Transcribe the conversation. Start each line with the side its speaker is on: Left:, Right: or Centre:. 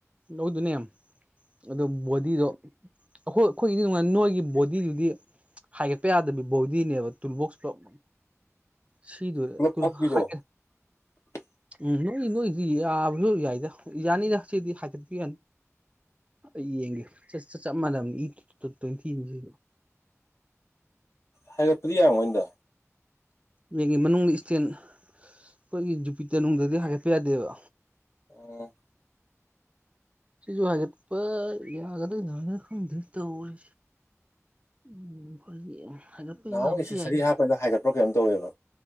Right: ꯂꯧꯗꯨꯅꯦ ꯑꯗꯨ ꯕꯣꯗꯤꯗꯣ ꯑꯩꯈꯣꯏ ꯑꯩꯈꯣꯏꯒꯤꯗꯤ ꯅꯨꯡꯉꯥꯏ ꯅꯣꯏꯒꯤ ꯕꯣꯗꯤꯗꯨꯗꯤ ꯍꯥꯏꯒꯠꯄ ꯌꯥꯗꯕꯤ ꯕꯣꯗꯤꯅꯦꯕ ꯇꯨꯜꯕꯣꯛꯁ ꯄꯨꯂꯞ ꯁꯤꯗꯨ
Left: ꯄꯨꯂꯞ
Right: ꯇꯨꯔ
Left: ꯐꯛꯄꯤꯗꯣ
Right: ꯍꯥ
Left: <inaudible>
Right: ꯎꯝ ꯅꯣꯏ ꯅꯣꯏꯁꯨ ꯌꯥꯏꯗ ꯌꯥꯅꯤꯗꯁꯤꯗꯤ ꯍꯥꯆ ꯌꯥꯅꯤ ꯑꯩ ꯌꯦꯡꯒꯦ ꯆꯠ ꯆ ꯆꯞ ꯃꯥꯟꯅꯕꯅꯤ ꯏ ꯇꯠꯇꯣꯏꯅ ꯊꯤꯁꯤ
Left: ꯍꯥꯏꯦ ꯄꯔꯤꯌꯥ ꯑꯣꯏꯣꯏꯗ
Right: ꯃꯦꯟꯒꯤ ꯃꯅꯨꯡꯗ ꯏꯁꯇꯦꯟ ꯑꯩꯈꯣꯏꯒꯤ ꯖꯨꯄꯤꯇꯔꯅꯨꯡꯗꯗꯤ ꯍꯥꯒꯠꯄ ꯌꯥꯗꯦꯕ
Left: ꯑꯣ
Right: ꯁꯤꯁꯨ ꯍꯥꯏꯒꯦꯒꯗꯤ ꯉꯅꯇ ꯑꯣꯏ ꯎꯝ ꯐ ꯍꯥꯏꯒꯠꯄ
Left: ꯅꯍꯥꯟꯃꯨꯛ
Right: ꯌꯥꯕꯁꯨ
Left: ꯑꯦꯁꯦꯁꯔꯤ
Right: ꯌꯥꯏꯗ
Left: ꯍꯥꯞꯄꯗ ꯍꯥꯏꯒꯠꯄ꯭ꯔꯥ ꯀꯩꯅꯣꯝ ꯇꯧꯋꯦꯕ